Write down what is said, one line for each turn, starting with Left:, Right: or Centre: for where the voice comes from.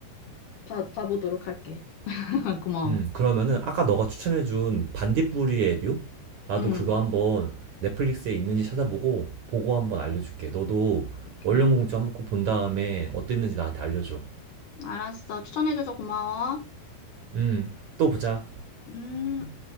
Left: 봐, 봐보도록 할게. <laughs> 고마워.
Right: 음, 그러면은 아까 너가 추천해준 반딧불이의 뷰? 나도
Left: 음,
Right: 그거 한번 넷플릭스에 있는지 찾아보고 보고 한번 알려줄게. 너도
Left: 오케이.
Right: 원령공주 한번 꼭 본 다음에 어땠는지 나한테 알려줘.
Left: 알았어. 추천해줘서 고마워.
Right: 음, 또 보자.
Left: 음.